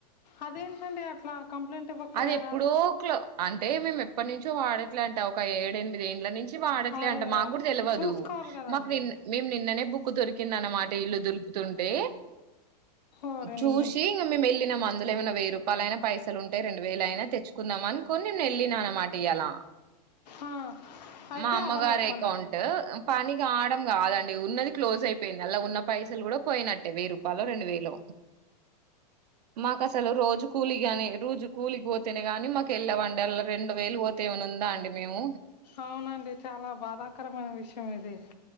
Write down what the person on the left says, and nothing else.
అదేంటండి అట్లా, కంప్లైంట్ ఇవ్వకపోయారా.
అది
చూసుకోవాలి కదండి
ఓరిని
ఆ, అయితే
అవ్వలేదు పని
అవునండి చాలా బాధాకరమైన విషయం ఇది